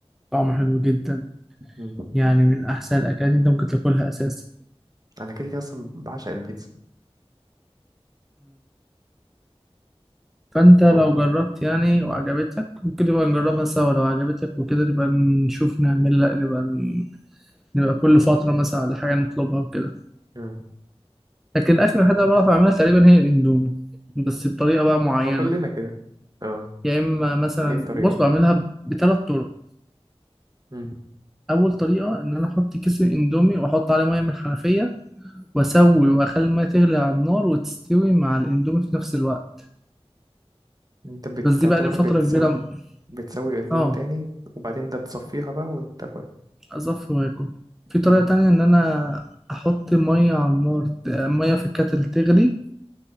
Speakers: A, in the centre; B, on the right.
A: طعمه حلو جدا
B: مم.
A: يعني من احسن الاكلات انت ممكن تاكلها اساسا
B: أنا كده كده أصلا بعشق البيتزا
A: فانت لو
B: مم.
A: جربت يعني وعجبتك ممكن نبقى نجربها سوا لو عجبتك وكده نبقى نشوف نعمل لا نبقى ن- نبقى كل فترة مثلا على حاجة نطلبها وكده
B: مم.
A: لكن الأكل الوحيد اللي بعرف أعملها تقريبا هي الإندومي بس بطريقة بقى معينة
B: أه كلنا كده اه
A: يا إما مثلا
B: ايه الطريقة
A: بص
B: بقى؟
A: بعملها ب- بثلاث طرق
B: مم.
A: أول طريقة إن أنا أحط كيس الإندومي وأحط عليه مية من الحنفية وأسوي وأخلي المية تغلي على النار وتستوي مع الإندومي في نفس الوقت
B: انت بتعتبر
A: بس دي بقى لي فترة
B: بتسوي
A: كبيرة
B: بتسوي الاندومي
A: اه
B: تاني وبعدين ده تصفيها بقى وتاكل
A: أصفي وآكل في طريقة
B: مم.
A: تانية إن أنا أحط مية على النار ت- مية في الكاتل تغلي